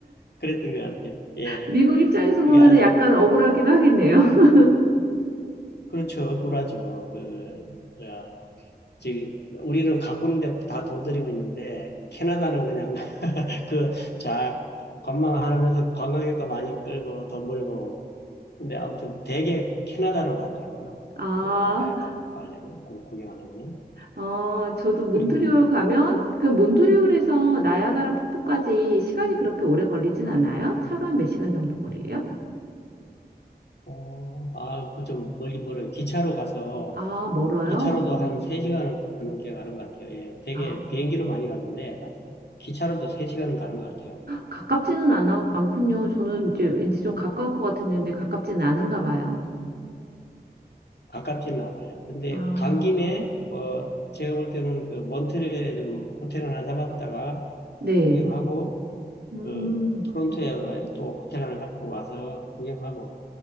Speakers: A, on the left; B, on the right.
A: 그랬던 것 같아요. 예.
B: 미국 입장에서 보면은
A: 그게 아주,
B: 약간 억울하긴 하겠네요. <laughs>
A: 그렇죠. 억울하죠. 그, 야, 즉, 우리는 가꾸는데 다 돈 들이고 있는데 캐나다는 그냥 그, 자, 관광하면서 관광객도 많이 끌고 돈 벌고. 근데 아무튼 되게 캐나다로 가더라고요.
B: 아,
A: 그, 나이아가라 가려면, 구- 구경하려면은.
B: 어, 저도 몬트리올
A: 그리고,
B: 가면 그 몬트리올에서 나야가라 폭포까지 시간이 그렇게 오래 걸리진 않아요? 차로 한 몇 시간 정도 거리예요?
A: 어, 아, 그 좀 멀긴 멀어요. 기차로 가서,
B: 아, 멀어요?
A: 기차로도 한 3시간은 넘게 가는 것 같아요. 예, 되게
B: 아,
A: 비행기로 많이 가던데, 기차로도 3시간은 가는 것 같아요.
B: 가깝지는 않아, 않군요. 저는 이제 왠지 좀 가까울 것 같았는데 가깝지는 않은가 봐요.
A: 가깝지는 않아요. 근데
B: 아,
A: 간 김에, 뭐, 제가 볼 때는 그 몬트리올에 좀 호텔 하나 잡았다가
B: 네.
A: 구경하고,
B: 음.
A: 그 토론토에 또 호텔 하나 잡고 와서 구경하고.